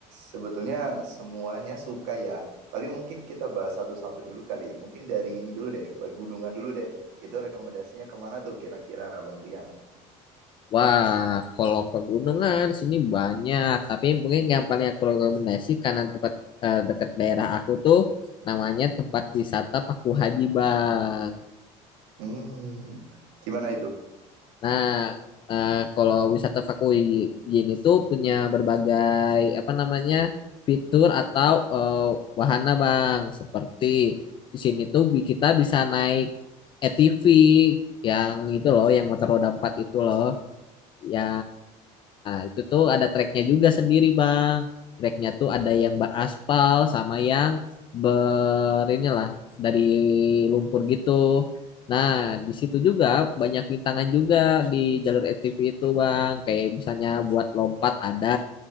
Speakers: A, on the right; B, on the left.
A: sebetulnya semuanya suka ya. Tapi mungkin kita bahas satu-satu dulu kali. Mungkin dari ini dulu deh, pegunungan dulu deh. Itu rekomendasinya kemana tuh kira-kira Bang Rian?
B: Wah, kalau pegunungan sini banyak. Tapi mungkin yang paling aku rekomendasi karena tempat eh, dekat daerah aku tuh namanya tempat wisata Paku Haji, Bang.
A: Hmm, gimana itu?
B: Nah, eh, kalau wisata Pakuyin itu punya berbagai apa namanya fitur atau eh, wahana Bang. Seperti di sini tuh bi- kita bisa naik ATV yang itu loh, yang motor roda empat itu loh. Ya, itu tuh ada treknya juga sendiri, Bang. Treknya tuh ada yang beraspal sama yang ber inilah dari lumpur gitu. Nah, di situ juga banyak rintangan juga di jalur ATV itu, Bang. Kayak misalnya buat lompat ada.